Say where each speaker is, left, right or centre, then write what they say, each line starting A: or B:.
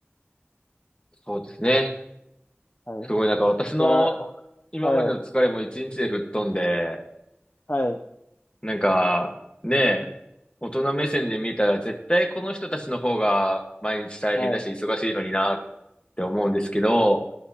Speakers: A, on the left; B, on the left.
A: そうですね。
B: はい。
A: すごいなんか私の今までの疲れも一日で吹っ飛んで、
B: いや、はい、はい、
A: なんか、ねえ、大人目線で見たら絶対この人たちの方が毎日大変だし忙しいのになっ
B: はい、
A: て思うんですけど、